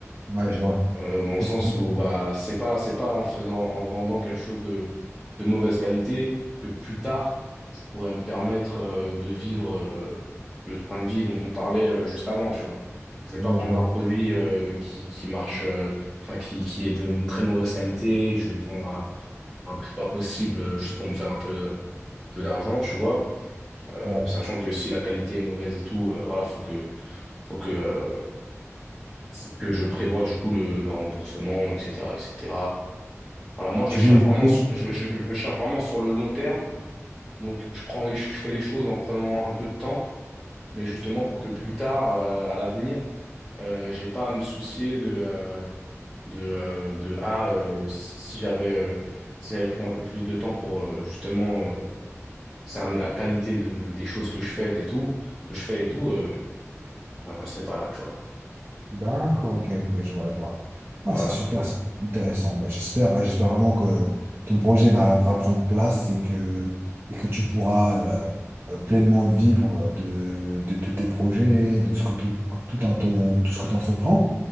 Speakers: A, on the right; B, in the centre.
A: Ouais, je vois.
B: euh, dans le
A: Te
B: sens
A: faire-
B: où bah c'est pas c'est pas en faisant en vendant quelque chose de de mauvaise qualité que plus tard ça pourrait me permettre euh, de vivre euh, le train de vie dont on parlait euh, juste avant tu vois je vais
A: Ouais,
B: pas vendre
A: je vois.
B: un produit euh, qui qui marche euh, enfin qui qui est de très mauvaise qualité je vais le vendre à un prix pas possible euh, juste pour me faire un peu peu d'argent tu vois Euh,
A: Ouais.
B: sachant que si la qualité est mauvaise et tout euh, voilà faut que faut que euh, faut que je prévoie du coup le, le remboursement etc etc Voilà, moi je
A: Tu
B: cherche
A: veux
B: vraiment, sur- je, je- je cherche vraiment sur le long terme. Donc je prends les, ch- je fais les choses en prenant un peu de temps, mais justement pour que plus tard, euh, à l'avenir, euh, j'ai pas à me soucier de, euh, de, euh, de ah euh, si j'avais, euh, si j'avais pris un peu plus de temps pour euh, justement euh, cerner la qualité de, des choses que je fais et tout, que je fais et tout, euh, bah, j'en serais pas là, tu vois.
A: D'accord, ok, ok, je vois, je vois. Ah,
B: Voilà.
A: c'est super, c'est intéressant. Bah, j'espère, euh, j'espère vraiment que ton projet va, va prendre place et que, et que tu pourras euh, euh, pleinement vivre de, de tous tes projets, de ce que tout, tout, en ton- tout ce que tu entreprends.